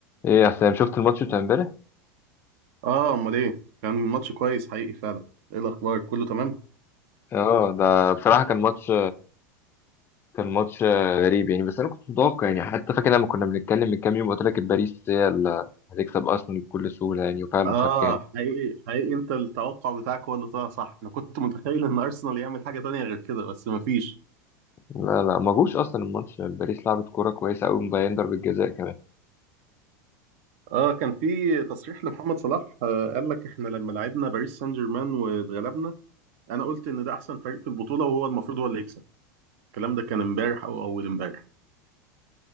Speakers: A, on the left; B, on the right.
A: ايه يا حسام شفت الماتش بتاع امبارح
B: اه امال ايه كان ماتش كويس حقيقي فعلا ايه الاخبار كله تمام
A: اه ده بصراحه كان ماتش كان ماتش غريب يعني بس انا كنت متوقع يعني حتى فاكر لما كنا بنتكلم من كام يوم قلت لك باريس هي اللي هتكسب ارسنال بكل سهوله يعني وفعلا
B: اه
A: قد كان
B: حقيقي حقيقي انت التوقع بتاعك هو اللي طلع صح انا كنت متخيل ان ارسنال يعمل حاجه تانية غير كده بس مفيش
A: لا لا ما جوش اصلا الماتش باريس لعبت كوره كويسه قوي مضيعين ضربه جزاء كمان
B: اه كان في تصريح لمحمد صلاح آه قال لك احنا لما لعبنا باريس سان جيرمان واتغلبنا انا قلت ان ده احسن فريق في البطوله وهو المفروض هو اللي يكسب الكلام ده كان امبارح او اول امبارح